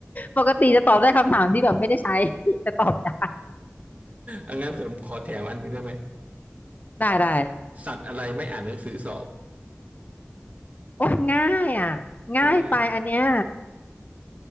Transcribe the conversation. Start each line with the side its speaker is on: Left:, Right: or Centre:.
Left: ปกติจะตอบได้คำถามที่แบบไม่ได้ใช้ <laughs> จะตอบได้
Right: อังั้นผมขอแถวอันนี้ได้ไหม
Left: ได้ได้
Right: สัตว์อะไรไม่อ่านหนังสือสอบ
Left: โอ้ยง่ายอ่ะง่ายไปอันเนี้ย
Right: ทำไม